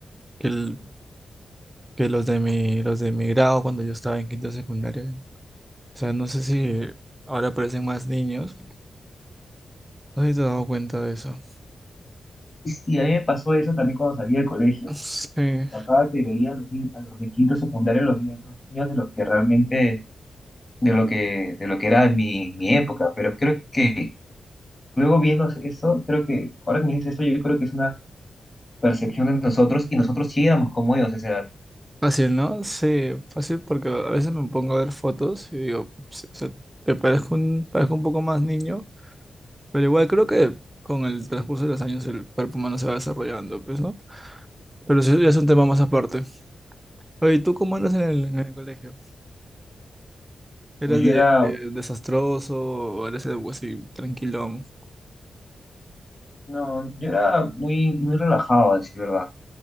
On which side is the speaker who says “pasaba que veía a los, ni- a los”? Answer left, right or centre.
Left